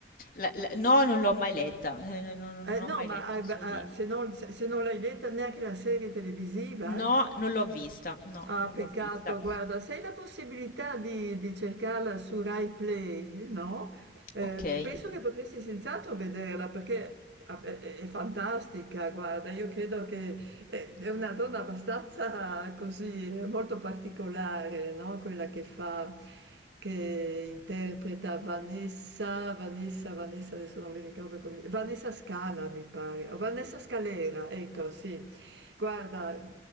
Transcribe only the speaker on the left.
la- la- no, non l'ho mai letta, eh, non,
non ho
mai letto
i suoi
libri.
No,
non l'ho vista, no,
non
l'ho vista.
Ok. Eh,